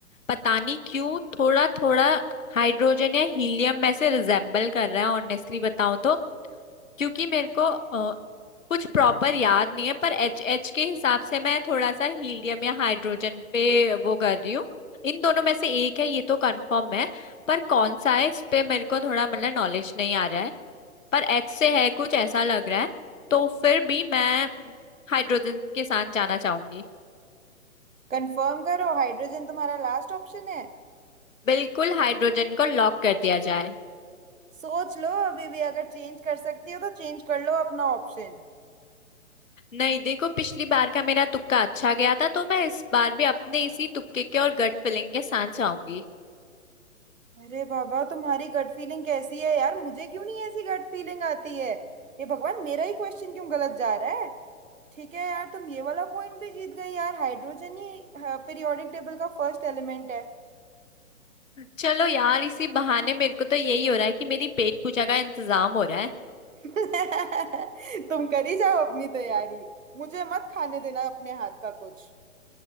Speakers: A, on the left; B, on the right.
A: पता नहीं क्यों थोड़ा थोड़ा हाइड्रोजन या हीलियम में से रिजेम्बल कर रहा है ऑनेस्टली बताऊं तो क्योंकि मेरे को अ, कुछ प्रॉपर याद नहीं है पर एच एच के हिसाब से मैं थोड़ा सा हीलियम या हाइड्रोजन पे वो कर रही हूँ इन दोनों में से एक है ये तो कंफर्म है पर कौन सा है इस पे मेरे को थोड़ा मतलब नॉलेज नहीं आ रहा है पर एच से है कुछ ऐसा लग रहा है तो फिर भी मैं हाइड्रोजन के साथ जाना चाहूंगी
B: कंफर्म करो हाइड्रोजन तुम्हारा लास्ट ऑप्शन है
A: बिल्कुल हाइड्रोजन को लॉक कर दिया जाए
B: सोच लो अभी भी अगर चेंज कर सकती हो तो चेंज कर लो अपना ऑप्शन
A: नहीं देखो पिछली बार का मेरा तुक्का अच्छा गया था तो मैं इस बार भी अपने इसी तुक्के के और गट फिलिंग के साथ जाऊंगी
B: अरे बाबा तुम्हारी गट फीलिंग कैसी है यार मुझे क्यों नहीं ऐसी गट फीलिंग आती है हे भगवान मेरा ही क्वेश्चन क्यों गलत जा रहा है ठीक है यार तुम ये वाला पॉइंट भी जीत गई यार हाइड्रोजन ही पीरियोडिक टेबल का फर्स्ट एलिमेंट है
A: चलो यार इसी बहाने मेरे को तो यही हो रहा है कि मेरी पेट पूजा का इंतजाम हो रहा है
B: <laughs> तुम करी जाओ अपनी तैयारी मुझे मत खाने देना अपने हाथ का कुछ